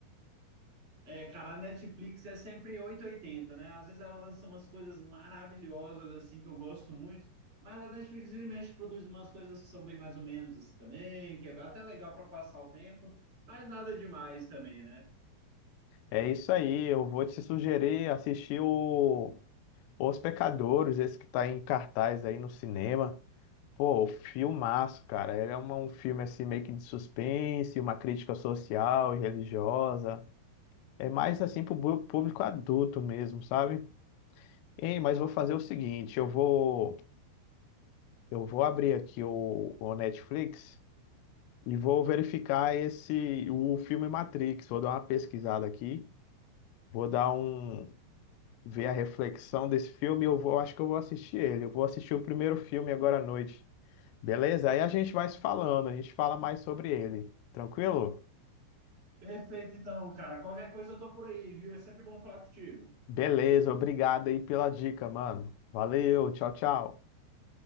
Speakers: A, on the right; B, on the left.
A: É, cara, a Netflix é sempre oito e oitenta, né? Às vezes ela lança umas coisas maravilhosas, assim, que eu gosto muito. Mas a Netflix vira e mexe produz umas coisas que são bem mais ou menos, assim, também, que é até legal para passar o tempo, mas nada demais também, né?
B: É isso aí. Eu vou te sugerir assistir o Os Pecadores, esse que tá em cartaz aí no cinema. Pô, o filmaço, cara. Ele é uma- um filme assim meio que de suspense, uma crítica social e religiosa. É mais assim pro bu- público adulto mesmo, sabe? Ei, mas vou fazer o seguinte, eu vou eu vou abrir aqui o, o Netflix e vou verificar esse o filme Matrix. Vou dar uma pesquisada aqui, vou dar um ver a reflexão desse filme, e eu vou acho que eu vou assistir ele. Eu vou assistir o primeiro filme agora à noite. Beleza? Aí a gente vai se falando, a gente fala mais sobre ele. Tranquilo?
A: Perfeito, então, cara. Qualquer coisa eu tô por aí, viu? É sempre bom falar contigo.
B: Beleza, obrigado aí pela dica, mano. Valeu, tchau, tchau.